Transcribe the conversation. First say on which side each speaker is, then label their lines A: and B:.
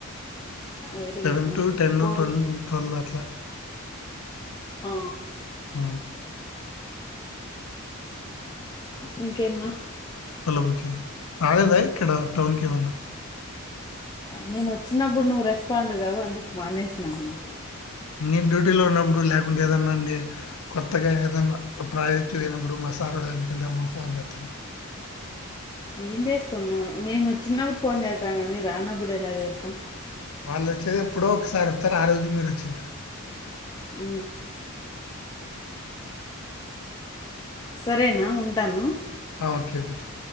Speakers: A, on the left; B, on the left.
A: వెరీ
B: సెవెన్
A: గుడ్ నాకు
B: టు టెన్
A: పో
B: టొన్ టవ్ల్ అట్ల
A: ఆ
B: ఊ
A: ఇంకేం నా
B: హలో బుజ్జి ఆడేదా ఇక్కడ టౌన్కి ఏమన్న
A: మేము ఒచ్చినబ్బుడ్ నువ్వు రెస్పాండ్ గావు అందుక్ మానేస్నాం అన్న
B: నీన్ డ్యూటీలో ఉన్నబ్బడు ల్యాకుంటే ఏదన్న అండి కొత్తగా ఏదన్న ప్రాజెక్ట్ బేనబ్బుడు మ సారోల్ యనకంటి అబ్బుడ్ ఫోన్ జేతరు
A: ఏం జేస్తవ్ నా నేను ఒచ్చినవ్డు ఫోన్ జేత్తం గానీ రానబ్బుడు ఎలా జేస్తాం
B: వాళ్ళు ఒచ్చేది ఎప్పుడో ఒకసారి ఒత్తరు ఆ రోజు మీరు ఒచ్చింటరు
A: ఊ సరేనా ఉంటాను
B: ఆ ఓక్కే బుజ్జి